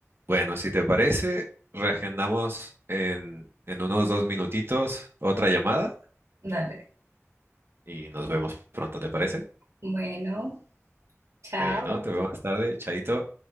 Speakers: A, on the right; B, on the right.
A: Bueno, si te parece, reagendamos en, en unos dos minutitos otra llamada
B: Dale.
A: y nos vemos pronto, ¿te parece?
B: Bueno, chao.
A: Bueno, te veo más tarde, Chaito.